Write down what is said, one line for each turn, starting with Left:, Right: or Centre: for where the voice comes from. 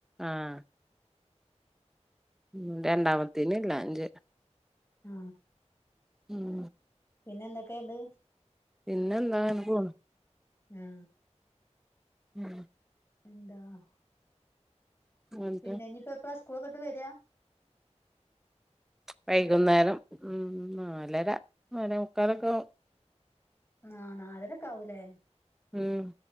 Centre: ആഹ് ഉം രണ്ടാമത്തേന് ഇല്ല അഞ്ച്
Left: ഹ...
Centre: ഉം
Left: പിന്നെ എന്തൊക്കെണ്ട്
Centre: പിന്നെ എന്താ അങ്ങനെപോണ്
Left: ആ
Centre: ഉം.
Left: എന്താണോ
Centre: എന്നിട്ട്
Left: പിന്നെ ഇഞ്പ്പോ എപ്പാളാ സ്കൂളൊക്കെട്ട് വെരാ
Centre: വൈകുന്നേരം ഉം നാലര നാലേമുക്കാലോക്കെ ആവും
Left: നാ നാലര ഒക്കേ ആവൂലേ
Centre: ഉം